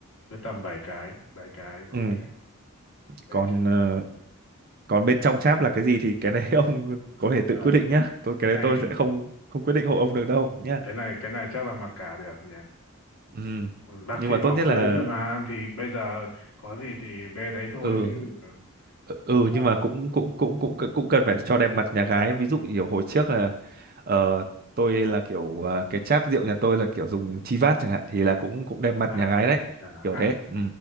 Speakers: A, on the left (about 60°); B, on the right (about 40°).
A: cứ tầm 7 cái bảy cái ok
B: Ừ,
A: để
B: còn
A: trả
B: ờ,
A: lần
B: còn bên trong cháp là cái gì thì cái đấy <laughs> ông có thể
A: ờ
B: tự quyết định nhá. Tôi cái
A: cái này
B: đấy tôi sẽ không không quyết định hộ ông được đâu
A: ừ,
B: nhá.
A: cái này cái này chắc là mặc cả được nhỉ
B: Ừ.
A: Ừ, bác
B: Nhưng
A: sĩ
B: mà
A: bảo
B: tốt nhất
A: cưới
B: là
A: rồi mà thì bây giờ có gì thì bê đấy thôi
B: ừ
A: chứ
B: ừ
A: làm
B: ừ,
A: sao
B: nhưng mà
A: mà
B: cũng cũng cũng cũng cũng cần phải cho đẹp mặt nhà gái. Ví dụ kiểu hồi trước là ờ, tôi là kiểu ờ, cái cháp rượu nhà tôi là kiểu dùng chi vát chẳng hạn thì là cũng cũng đẹp mặt
A: ai
B: nhà gái đấy.
A: chả
B: Kiểu
A: ạt,
B: thế. Ừ.